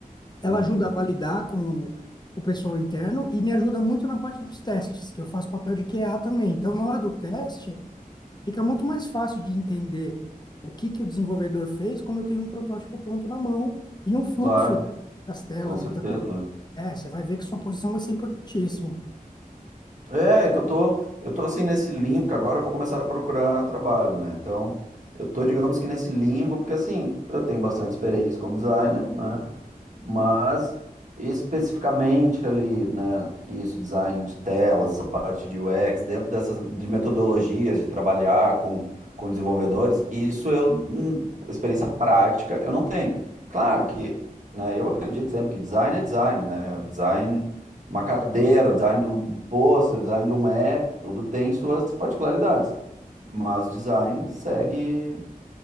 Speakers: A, on the left; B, on the right.
A: ela
B: Uhum.
A: ajuda a validar com o pessoal interno e me ajuda muito na parte dos testes, que eu faço papel de QA também. Então, na hora do teste, fica muito mais fácil de entender o que que o desenvolvedor fez quando eu tenho um protótipo pronto na mão e um fluxo
B: Claro,
A: das telas.
B: com certeza.
A: Então, é, você vai ver que sua posição vai ser importantíssima.
B: É, é que eu tô, eu tô assim nesse limbo, porque agora eu vou começar a procurar trabalho, né? Então, eu tô, digamos que nesse limbo, porque assim, eu tenho bastante experiência como designer, né? Mas especificamente ali, né, isso, design de telas, a parte de UX, dentro dessas de metodologias de trabalhar com, com desenvolvedores, isso eu, hum, experiência prática, eu não tenho. Claro que, né, eu acredito sempre que design é design, né? Design de uma cadeira, o design de um pôster, o design de um app, tudo tem suas particularidades. Mas design segue.